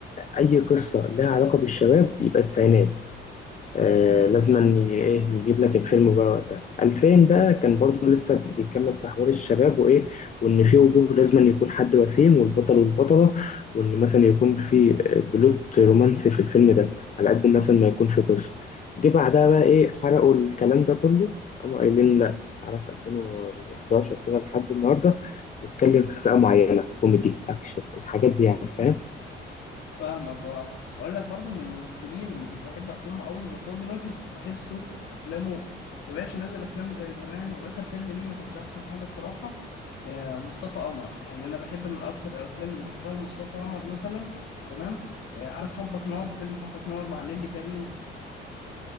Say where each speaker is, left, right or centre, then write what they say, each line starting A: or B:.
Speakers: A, on the left (about 40°); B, on the left (about 75°).
A: اي قصه لها علاقه بالشباب يبقى تسعينات آه لازم أن ي- ايه يجيب لك الفيلم بقى وقتها 2000 بقى كان برضو لسه بيكمل في حوار الشباب وايه وان في وجوه لازم أن يكون حد وسيم والبطل والبطلة وان مثلا يكون في آه، بلوت رومانسي في الفيلم ده على قد مثلا ما يكون في قصة جه بعدها بقى ايه حرقوا الكلام ده كله قاموا قايلين لا تعالى في 2011 كده لحد النهارده نتكلم في فئة معينة كوميدي اكشن الحاجات دي يعني فاهم
B: فاهمك اه اقول لك برضو من الممثلين اللي كنت بحب افلامه قوي بس هو دلوقتي بحسه افلامه ما بقاش ينزل افلام زي زمان واخر فيلم ليه ما كانش احسن حاجه الصراحه آه، مصطفى قمر يعني انا بحب من اكتر الافلام اللي بحبها مصطفى قمر مثلا تمام آه، عارف حبك نار فيلم حبك نار مع نيلي كريم